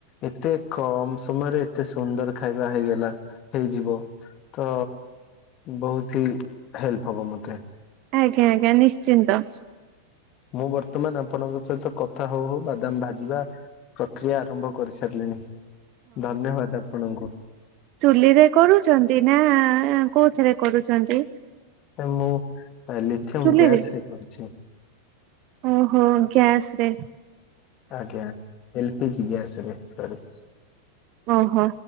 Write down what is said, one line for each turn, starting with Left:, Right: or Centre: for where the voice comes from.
Left: ଏତେ କମ୍ ସମୟରେ ଏତେ ସୁନ୍ଦର ଖାଇବା ହେଇଗଲା, ହେଇଯିବ। ତ, ବହୁତ ହି ହେଲ୍ପ ହବ ମତେ।
Right: ଆଜ୍ଞା, ଆଜ୍ଞା, ନିଶ୍ଚିନ୍ତ।
Left: ମୁଁ ବର୍ତ୍ତମାନ, ଆପଣଙ୍କ ସହିତ କଥା ହଉ ହଉ ବାଦାମ ଭାଜିବା ପ୍ରକ୍ରିୟା ଆରମ୍ଭ କରିସାରିଲିଣି। ଧନ୍ୟବାଦ ଆପଣଙ୍କୁ।
Right: ଚୁଲି ରେ କରୁଚନ୍ତି ନା-ଆ, କୋଉଥିରେ କରୁଚନ୍ତି।
Left: ମୁଁ ଲିଥିୟମ
Right: ଚୁଲିରେ
Left: ଗ୍ୟାସ୍ ରେ କରୁଛି।
Right: ଓହୋ ଗ୍ୟାସରେ।
Left: ଆଜ୍ଞା ଏଲ୍ ପିଜି ଗ୍ୟାସରେ ସରି।
Right: ଓହୋ